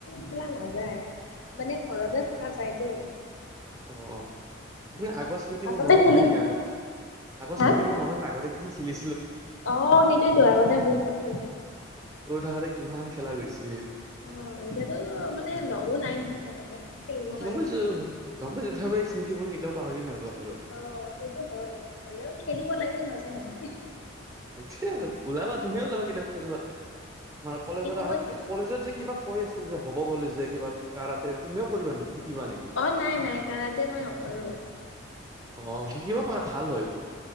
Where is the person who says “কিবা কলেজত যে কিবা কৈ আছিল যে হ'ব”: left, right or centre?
Right